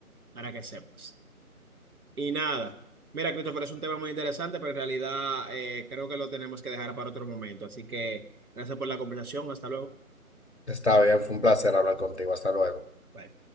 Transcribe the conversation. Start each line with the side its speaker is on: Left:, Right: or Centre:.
Right: para que sepas. Y nada, mira, Christopher, es un tema muy interesante, pero en realidad eh, creo que lo tenemos que dejar para otro momento. Así que gracias por la conversación. Hasta luego.
Left: Está bien, fue un placer hablar contigo. Hasta luego.
Right: Bye.